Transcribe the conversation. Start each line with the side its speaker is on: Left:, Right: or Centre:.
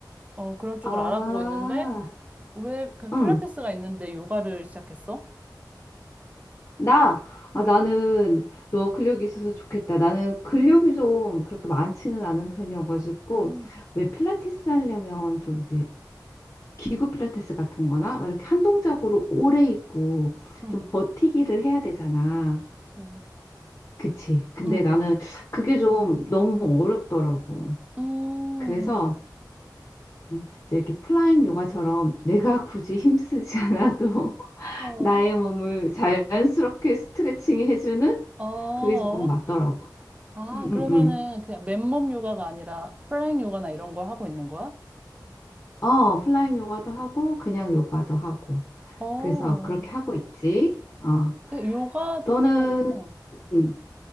Right: 어, 그런 쪽을
Left: 아,
Right: 알아보고 있는데 왜, 그
Left: 응.
Right: 필라테스가 있는데 요가를 시작했어?
Left: 나, 아,
Right: 응,
Left: 나는 너 근력이 있어서 좋겠다. 나는 근력이 좀 그렇게 많지는 않은 편이어가지고,
Right: 음,
Left: 왜 필라테스 하려면 좀 이제 기구 필라테스 같은 거나 막 이렇게 한 동작으로 오래 있고
Right: 응,
Left: 좀 버티기를 해야 되잖아.
Right: 그치.
Left: 그치. 근데
Right: 응,
Left: 나는 그게 좀 너무 어렵더라고.
Right: 음,
Left: 그래서 음, 이제 이렇게 플라잉 요가처럼 내가 굳이 힘쓰지 않아도 <laughs>
Right: 어,
Left: 나의 몸을 자연스럽게 스트레칭 해주는
Right: 어.
Left: 그게 조금 맞더라고.
Right: 아,
Left: 음,
Right: 그러면은
Left: 음, 음.
Right: 그냥 맨몸 요가가 아니라 플랭 요가나 이런 걸 하고 있는 거야?
Left: 어, 플라잉 요가도 하고 그냥 요가도 하고.
Right: 어,
Left: 그래서 그렇게 하고 있지. 어,
Right: 근데 요가도
Left: 너는
Right: 어,
Left: 음,